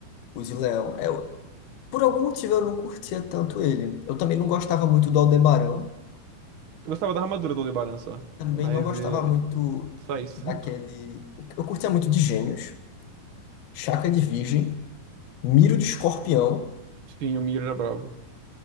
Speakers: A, on the left; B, on the right.
A: O de Leão. É, Eu, por algum motivo eu não curtia tanto ele. Eu também não gostava muito do Aldebarão.
B: Eu gostava da armadura do Aldebaran só.
A: Também
B: Mas
A: não gostava
B: é.
A: muito
B: Só isso.
A: daquele.
B: <laughs>
A: Eu curtia muito de Gêmeos, Chaka de Virgem, Miro de Escorpião
B: Sim, o Miro era brabo.